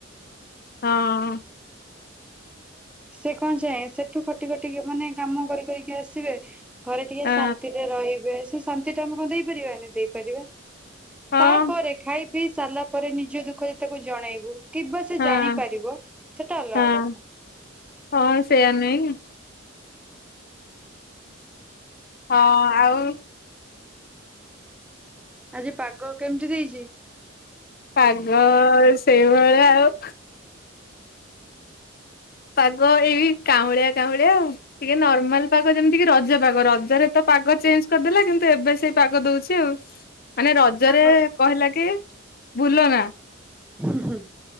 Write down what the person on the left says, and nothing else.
ହଁ
ହଁ
ହଁ
ହଁ
ହଁ
ହଁ ସେଇୟା ନୁହେଁ କି। ହଁ ଆଉ
ପାଗ ସେଇଭଳିଆ ଆଉ ପାଗ ଏଇ କାଉଁଳିଆ କାଉଁଳିଆ ଆଉ ଟିକେ ନର୍ମାଲ ପାଗ ଯେମିତି କି ରଜ ପାଗ ରଜ ଜରେ ତ ପାଗ ଚେଞ୍ଜ କରିଦେଲା କିନ୍ତୁ ଏବେ ସେଇ ପାଗ ଦଉଛି <unintelligible> ମାନେ ରଜରେ
କହିଲା କି ଭୁଲ ନା